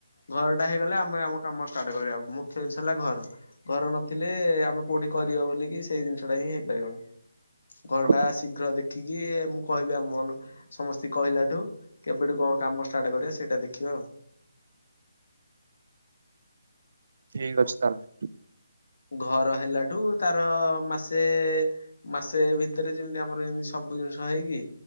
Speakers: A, on the left (about 65°); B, on the right (about 55°).
A: ଘରଟା ହେଇଗଲେ ଆମ ଆମ କାମ ଷ୍ଟାର୍ଟ କରିବା ମୁଖ୍ୟ ଜିନିଷ ହେଲା ଘର। ଘର ନଥିଲେ ଆମେ କୋଉଠି କରିବ ବୋଲିକି ସେଇ ଜିନିଷ ଟା ହିଁ ହେଇପାରିବନି। ଘର
B: ହଁ
A: ଟା ଶୀଘ୍ର ଦେଖି ଦେଖିକି ମୁଁ କହିବି ଆମ ସମସ୍ତେ କହିଲା ଠୁ କେବେଠୁ କଣ କାମ ଷ୍ଟାର୍ଟ କରିବା ସେଇଟା ଦେଖିବା। ହଁ।
B: ଠିକ ଅଛି ତାହେଲେ।
A: ଘର ହେଲାଠୁ ତାର ମାସେ ମାସେ ଭିତରେ ଯେମିତି ଆମର ଏମିତି ସବୁ ସବୁ ଜିନିଷ ହେଇକି